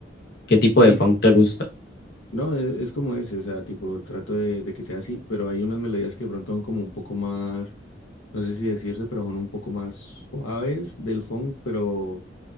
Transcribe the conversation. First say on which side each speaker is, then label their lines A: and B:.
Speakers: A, on the left; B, on the left.
A: ¿Qué tipo
B: Sí,
A: de funk te gusta?
B: No, e- es como ese, o sea, tipo, trato de, de que sea así, pero hay unas melodías que de pronto son como un poco más, no sé si decirse, pero son un poco más suaves del funk, pero,